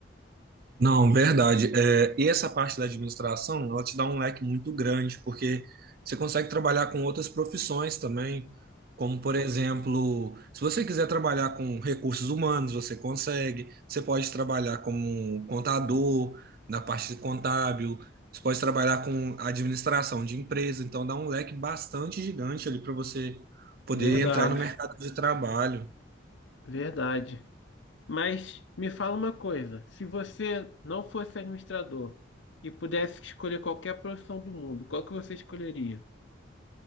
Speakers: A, on the right; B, on the left.
A: Não, verdade. É, e essa parte da administração, ela te dá um leque muito grande, porque você consegue trabalhar com outras profissões também, como, por exemplo, se você quiser trabalhar com recursos humanos, você consegue. Você pode trabalhar como contador, na parte contábil, você pode trabalhar com administração de empresa, então dá um leque bastante gigante ali para você poder
B: Verdade,
A: entrar no mercado de trabalho.
B: verdade. Mas me fala uma coisa, se você não fosse administrador e pudesse escolher qualquer profissão do mundo, qual que você escolheria?